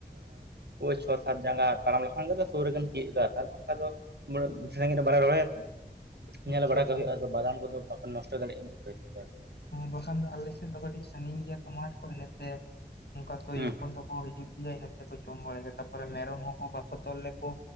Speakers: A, on the right; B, on the left.
A: ᱩᱭ ᱪᱷᱚ ᱥᱟᱛ ᱡᱟᱸᱜᱟ ᱛᱟᱲᱟᱢ ᱞᱮᱠᱷᱟᱱ ᱥᱩᱨ ᱨᱮᱜᱮᱢ ᱛᱤᱭᱩᱜ ᱫᱟ ᱚᱱᱠᱟ ᱫᱚ ᱩᱱᱟᱹᱜ ᱥᱟᱹᱜᱤᱧ ᱨᱮ ᱵᱟᱨᱭᱟ ᱨᱚᱦᱚᱭᱟ ᱠᱤ
B: ᱟᱪᱪᱷᱟ
A: ᱧᱮᱞ ᱵᱟᱲᱟ
B: ᱟᱪᱪᱷᱟ
A: ᱠᱚ ᱦᱩᱭᱩᱜᱼᱟ ᱟᱫᱚ ᱵᱟᱫᱟᱢ ᱠᱚᱫᱚ ᱵᱟᱠᱚ ᱱᱚᱥᱴᱚ ᱫᱟᱲᱮᱭᱟᱜᱼᱟ᱾
B: ᱵᱟᱠᱷᱟᱱ ᱫᱚ ᱟᱞᱮ ᱥᱮᱫ ᱫᱚ ᱠᱟᱹᱴᱤᱡ ᱥᱟᱺᱜᱤᱧ ᱜᱮᱭᱟ ᱛᱚ ᱢᱟᱴ ᱠᱚ ᱤᱱᱟᱹᱛᱮ ᱚᱱᱠᱟ ᱛᱩᱭᱩ
A: ᱦᱩᱸ
B: ᱠᱚᱫᱚ ᱠᱚ ᱦᱤᱡᱩᱜ ᱜᱮᱭᱟ ᱡᱚᱢ ᱵᱟᱲᱟᱭ ᱜᱮᱭᱟ ᱛᱟᱯᱚᱨᱮ ᱢᱮᱨᱚᱢ ᱦᱚᱸᱠᱚ ᱵᱟᱠᱚ ᱛᱚᱞ ᱞᱮᱠᱚ